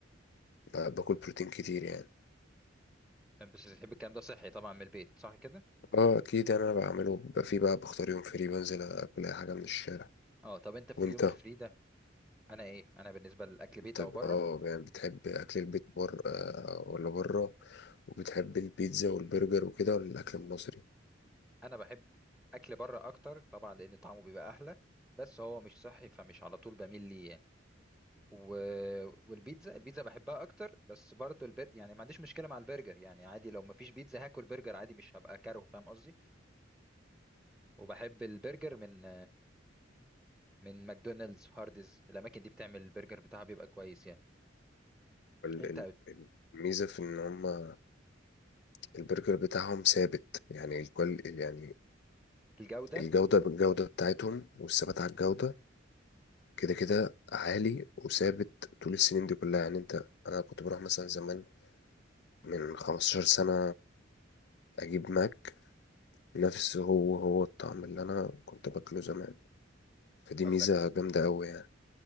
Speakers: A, on the left (about 60°); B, in the centre.
A: فباكل بروتين كتير يعني
B: بس بتحب الكلام ده صحي طبعا من البيت صح كده
A: اه اكيد يعني انا بعمله بيبقى فيه بقى بختار يوم فري بنزل اكل اي حاجه من الشارع
B: اه طب انت في
A: وانت
B: اليوم الفري ده انا ايه انا بالنسبه للاكل بيت
A: انت
B: او
A: ب-
B: بره
A: اه يعني بتحب اكل البيت بره آه، ولا بره وبتحب البيتزا والبرجر وكده ولا الاكل المصري
B: انا بحب اكل بره اكتر طبعا لان طعمه بيبقى احلى بس هو مش صحي فمش على طول بميل ليه يعني و... والبيتزا البيتزا بحبها اكتر بس برضو البر... يعني ما عنديش مشكله مع البرجر يعني عادي لو ما فيش بيتزا هاكل برجر عادي مش هبقى كاره فاهم قصدي وبحب البرجر من من ماكدونالدز هاردز الاماكن دي بتعمل البرجر بتاعها بيبقى كويس يعني
A: ال-
B: انت
A: ال- ال- الميزه في ان هما البرجر بتاعهم ثابت يعني الكل يعني
B: الجوده
A: الجوده بالجوده بتاعتهم والثبات على الجوده كده كده عالي وثابت طول السنين دي كلها يعني انت انا كنت بروح مثلا زمان من 15 سنة اجيب ماك نفس هو هو الطعم اللي انا كنت باكله زمان فدي
B: قصدك
A: ميزة جامدة قوي يعني